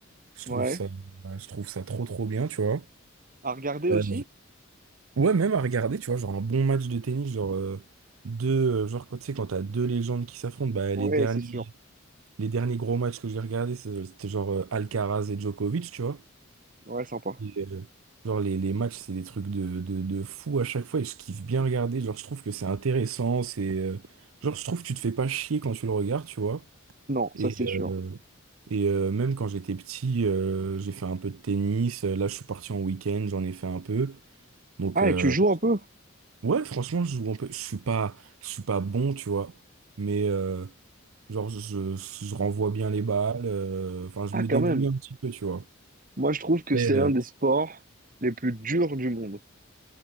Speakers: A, on the right; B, on the right.
A: je
B: Ouais.
A: trouve ça, je trouve ça trop, trop bien, tu vois.
B: À regarder aussi?
A: Euh, Ouais, même à regarder, tu vois, genre un bon match de tennis, genre euh, deux, euh, genre quand tu sais, quand t'as deux légendes qui s'affrontent, bah
B: Ouais,
A: les derniers,
B: c'est sûr.
A: les derniers gros matchs que j'ai regardés, c'est- c'était genre euh, Alcaraz et Djokovic, tu vois.
B: Ouais, sympa.
A: Et, euh, genre les, les matchs, c'est des trucs de, de, de fou à chaque fois et je kiffe bien regarder, genre je trouve que c'est intéressant, c'est euh, genre je trouve que tu te fais pas chier quand tu le regardes, tu vois.
B: Non,
A: Et,
B: ça c'est sûr.
A: euh, et euh, même quand j'étais petit, euh, j'ai fait un peu de tennis, là je suis parti en week-end, j'en ai fait un peu. Donc,
B: Ah,
A: euh,
B: et tu joues un peu?
A: Ouais, franchement, je joue un peu. Je suis pas, je suis pas bon, tu vois. Mais euh, genre, je, je, je renvoie bien les balles. euh, Enfin, je
B: Ah,
A: me
B: quand
A: débrouille
B: même.
A: un petit peu, tu vois.
B: Moi, je trouve que
A: Mais,
B: c'est
A: euh,
B: l'un des sports les plus durs du monde.